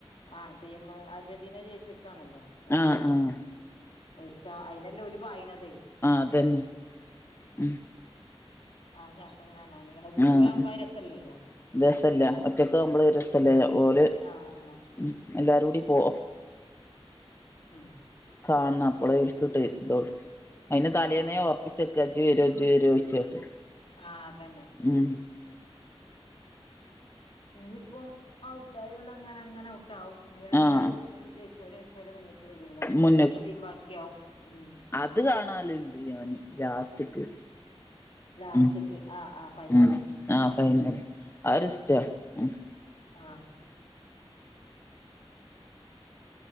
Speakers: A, on the left; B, on the left.
A: ആഹ് ടീം അർജന്റീന ജയിച്ചക്കാണല്ലോ അപ്പൊ
B: ആഹ്
A: പിന്നെ
B: ആഹ് ആഹ്
A: ഒരുക്ക അയിനല്ലേ ഓല് പായണത്
B: അതന്നെ ഉം
A: ആഹ് ചേട്ടൻ കാണാന് വീട്ടിലാവുമ്പോ
B: ആഹ്
A: ആ രസല്ലല്ലോ
B: രസല്ല ഒറ്റക്ക നമ്മള് രസല്ലേ
A: ഉം
B: ഓല്
A: ആഹ് ആഹ്
B: ഉം എല്ലാരും കൂടി പോ
A: ഉം
B: കാണണ അപ്പളെ വിൽക്കിട്ട് <unintelligible> അതിന് തലേന്നേ
A: ആഹ്
B: ഒറപ്പി ചെക്കാ ഇജ്വരോ ഇജ്വരോ ഒഴിച്ച കേട്ട്
A: ആഹ് അതന്നെ
B: ഉം
A: ഇനിയിപ്പോ ഔട്ടായൊലെ അങ്ങനെ അങ്ങനെ ഔട്ട ഇങ്ങുള്ളവര്
B: ആഹ്
A: ജയിച്ചോലും ജയിച്ചലും മുന്നേക്കക്ക് വരുള്ളൂ അവസാനം
B: മുന്ന്ക്ക്
A: രണ്ട് ടീം ബാക്കിയാവും ഉം
B: അത് കാണാലുണ്ട് ഞാന് ലാസ്റ്റ്ക്ക്
A: ലാസ്റ്റ്ക്ക്
B: ഉം
A: ആഹ് ആഹ് ഫൈനല്
B: ഉം ആഹ് ഫൈനല് അതൊരിഷ്ടാ ഉം
A: ആഹ്